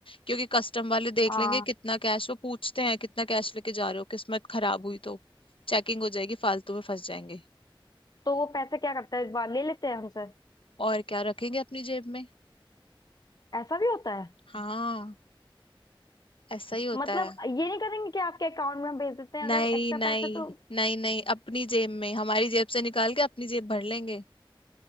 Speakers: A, on the left; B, on the left.
A: क्योंकि कस्टम वाले देख
B: हाँ
A: लेंगे कितना कैश वो पूछते हैं कितना कैश लेके जा रहे हो किस्मत खराब हुई तो चेकिंग हो जाएगी फालतू में फंस जाएंगे
B: तो वो पैसे क्या करते हैं इस बार ले लेते हैं हमसे
A: और क्या रखेंगे अपनी जेब में
B: ऐसा भी होता है
A: हाँ ऐसा ही होता
B: मतलब
A: है
B: ये नहीं करेंगे कि आपके अकाउंट में हम भेज देते हैं
A: नहीं
B: अगर एक्स्ट्रा
A: नहीं
B: पैसे तो
A: नहीं नहीं अपनी जेब में हमारी जेब से निकाल के अपनी जेब भर लेंगे